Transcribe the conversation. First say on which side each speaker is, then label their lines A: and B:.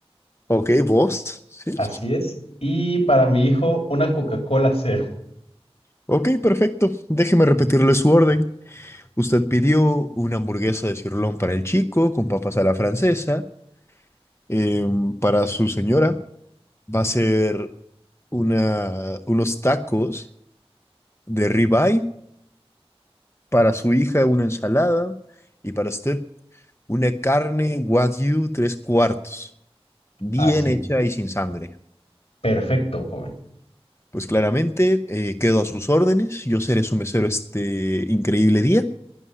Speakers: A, on the left (about 25°); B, on the left (about 75°).
A: Ok, vos. Sí.
B: así es. Y para mi hijo, una Coca-Cola cero,
A: Ok, perfecto. Déjeme repetirle su orden. Usted pidió una hamburguesa de cirlón para el chico con papas a la francesa. Em, para su señora va a ser una, unos tacos de ribeye. Para su hija una ensalada. Y para usted una carne wagyu tres cuartos, bien
B: así
A: hecha
B: es.
A: y sin sangre.
B: Perfecto, joven.
A: Pues claramente eh, quedo a sus órdenes. Yo seré su mesero este increíble día.